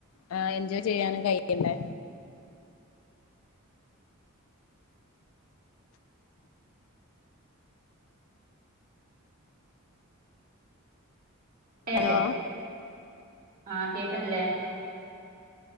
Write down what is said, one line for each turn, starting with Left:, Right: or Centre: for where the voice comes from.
Left: ആ എൻജോയ് ചെയ്യാനും കഴികണ്ടേ ഹലോ
Right: അല്ലേ ആ കേക്കുന്നില്ലേ